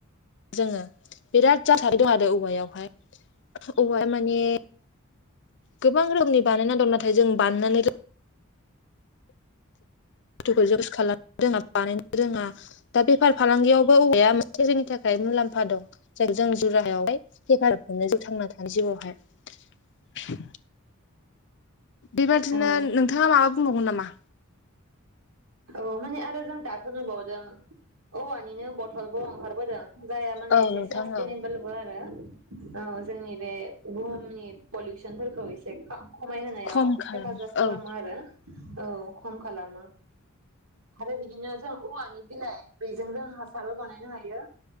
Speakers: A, on the left; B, on the right.
A: जोङो बिराद जाथार <inaudible> औवायावहाय औवाया माने गोबां रोखोमनि बानायना दं नाथाय जों बानायनानै बुस्थुखौ जुस खालामनो रोङा बानायनो रोङा दा बेफार फालांगियावबो औवाया मोनसे जोंनि थाखाय मुलाम्फा दं जायखौ जों जरायावहाय हेफाजाब मोननो जों थांना थानाय जिउआवहाय। बेबादिनो
B: औ
A: नोंथाङा माबा बुंबावगोन नामा?
B: औ माने आरो जों दाथ' नुबावदों औवानिनो बथलबो ओंखारबोदों जाया माने
A: औ
B: एसे
A: नोंथां
B: सासटेनेबोलबो
A: औ
B: आरो औ जोंनि बे बुहुमनि पलुसनफोरखौ एसे खा खमायहायाव
A: खम खालाम
B: हेफाजाब खालामो
A: औ
B: आरो औ खम खालामो आरो बिदिनो जों औवानि बिलाइ बेजों जों हासारबो बानायनो हायो।